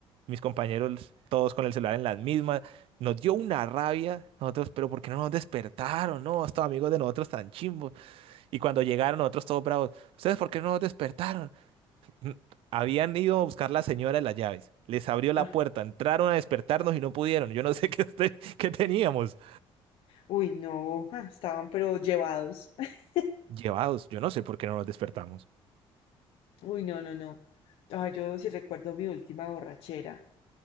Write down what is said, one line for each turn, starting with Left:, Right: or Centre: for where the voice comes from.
Right: mis compañeros todos con el celular en las mismas, nos dio una rabia, nosotros, pero ¿por qué no nos despertaron? No, estos amigos de nosotros tan chimbos. Y cuando llegaron nosotros todos bravos, ¿ustedes por qué no nos despertaron? Mm, Habían ido a buscar la señora de las llaves, les abrió la
Left: Ajá.
Right: puerta, entraron a despertarnos y no pudieron, yo no sé <laughs> qué, este- qué teníamos.
Left: Uy, no. ah, Estaban pero llevados. <laughs>
Right: Llevados, yo no sé por qué no nos despertamos.
Left: Uy, no, no, no. Ay, yo sí recuerdo mi última borrachera.